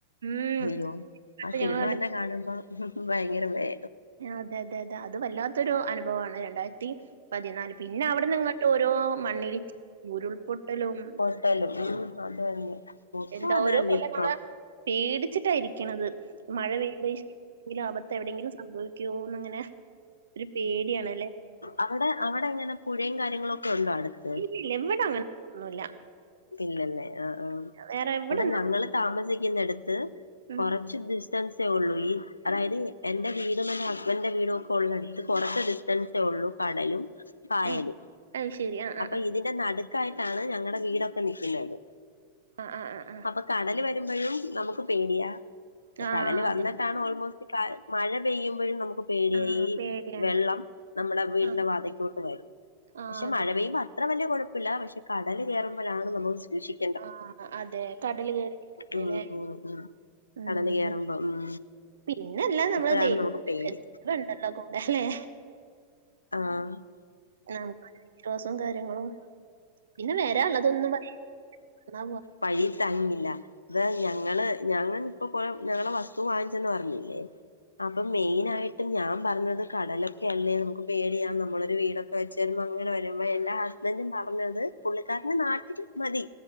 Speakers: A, on the right; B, on the left.
A: ഉം
B: അയ്യോ
A: അതൊക്കെ
B: ആ സിനിമ
A: ഞങ്ങള് കണ്ടിട്ട്
B: എന്ന കാണുമ്പോ ഭയങ്കര വെ
A: അതെ അതെ അതെ അത് വല്ലാത്തൊരു അനുഭവാണ് രണ്ടായിരത്തി പതിനാല് പിന്നെ അവിട്ന്നിങ്ങ ഓരോ മണ്ണിടിച്ചി ഉരുൾപൊട്ട് ലും
B: പൊട്ടലും ഉം അത് തന്നെ മൊത്തം
A: എന്തോരോ
B: അത് തന്നെ
A: കൊല്ലം
B: ഇപ്പം
A: നമ്മള. പേടിച്ചിട്ടായിരിക്കണത് മഴ പെയ്യുമ്പ എങ്കിലും ആപത്ത് എവിടെയെങ്കിലും സംഭവിക്കോന്ന്ങ്ങനെ ഒരു പേടിയാണ്.
B: അവിടെ അവിടങ്ങനാ പുഴയും കാര്യങ്ങളൊക്കെ ഉണ്ടോ അട്ത്ത്.
A: ഇല്ലില്ല ഇവിടെ അങ്ങനത്തെ ഒന്നുല്ല
B: പിന്നെല്ലേ ആഹ് ആഹ്
A: വേറെ എവിടൊന്നും
B: ഇവിടെ ഞങ്ങള് താമസിക്കുന്നടത്ത്
A: ഉം
B: കൊറച്ച് ദിസ് സെ ഒള്ളൂ ഈ അതായത് എന്റെ വീടും എന്റെ ഹസ്ബൻഡന്റെ വീടും ഒക്കെ ഒള്ള അടുത്ത് കൊറച്ച്. കടലും കായലും
A: ആഹ് അത് ശരി ആഹ് ആഹ്
B: അപ്പ ഇതി ന്റെ നടുക്കായിട്ടാണ് ഞങ്ങളടെ വീടൊക്കെ നിൽക്കുന്നത്
A: ആഹ് ആഹ് ആഹ് ആഹ്
B: അപ്പൊ കടല് വരുമ്പഴും നമുക്ക് പേടിയ
A: ആഹ്
B: കടല്
A: അതെ
B: വന്നിട്ടാണ് ഓൾമോസ്. മഴപെയ്യുമ്പോഴും നമുക്ക് പേടിയാ
A: ആഹ്
B: ഈ
A: പേടിയാണ്.
B: വെള്ളം. നമ്മുടെ വീടിന്റെ
A: ആഹ്
B: വാതയ്ക്കോട്ട് വരും,
A: ആഹ്
B: പക്ഷെ
A: അതെ
B: മഴ പെയ്യുമ്പോ അത്ര വലിയ കുഴപ്പില്ല പക്ഷെ കടൽ കേറു പ്പഴാണ് നമ്മള് സൂക്ഷിക്കു
A: ആഹ് അതെ കടല് കേറണ്ട്ല്ലേ
B: ഉം ഉം ഉം
A: മം
B: കടല് കയറുമ്പോ ഉം
A: പിന്നല്ലാം നമ്മള്
B: അപ്പോഴാണ് നമുക്ക്
A: <unintelligible>
B: പേടി
A: എട്ടാ കൂടെയല്ലെ?
B: ആഹ
A: നമുക്ക് വിശ്വാസവും കാര്യങ്ങളും പിന്നെ വരാന്ള്ളതൊന്നും വഴി തങ്ങൂല എന്നാ പോരെ
B: വഴിയിൽ തങ്ങില്ല ഇത് ഞങ്ങള് ഞങ്ങൾ ഇപ്പൊ പോലും ഞങ്ങളെ വസ്തു വാങ്ങിച്ചെന്ന് പറഞ്ഞില്ലേ ഏഹ് അപ്പൊ മെയിനായി ഞാൻ പറഞ്ഞത് കടലൊക്കെ അല്ലേ നമുക്ക് പേടിയാ നമ്മളൊരു വീടൊക്കെ വെച്ച് അങ്ങനെ <unintelligible> എന്റെ ഹസ്ബൻഡും പറഞ്ഞത് പുള്ളിക്കാരന്റെ നാട്ടിൽക്ക് മതി.